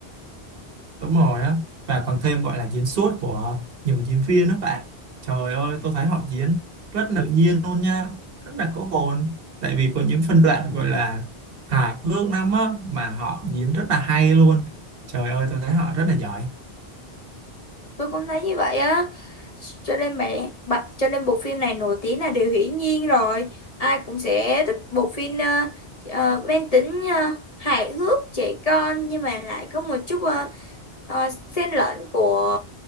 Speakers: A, on the right; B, on the left.
A: Đúng rồi á và còn thêm gọi là diễn xuất của những diễn viên đó bạn trời ơi tôi thấy họ diễn rất tự nhiên luôn nha rất là có hồn tại vì có những phân đoạn gọi là hài hước lắm á mà họ diễn rất là hay luôn trời ơi tôi thấy họ rất là giỏi
B: tôi cũng thấy như vậy á cho nên mẹ bạn cho nên bộ phim này nổi tiếng là điều hiển nhiên rồi ai cũng sẽ thích bộ phim ờ, ờ, mang tính ờ, hài hước trẻ con nhưng mà lại có một chút uh, xen lẫn của